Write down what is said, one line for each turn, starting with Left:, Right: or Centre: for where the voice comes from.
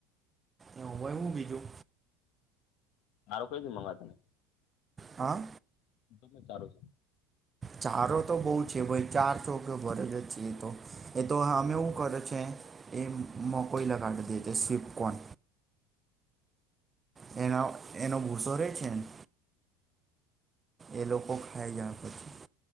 Right: એ હોયવું બીજું
Left: માારો કોઈ દી મંગાતા નઈ.
Right: હા.
Left: <unintelligible> સારું છે.
Right: ચારો તો બહુ છે ભઈ ચાર ચોકે ભરજ જ છે તો એ તો હામે હું કરે છે. એમ મો કોઈ લગાડ ધતી છે સ્વિપકોન એનો એનો ભુસો રે છે ન એ લોકો ખાઈ જાય પછી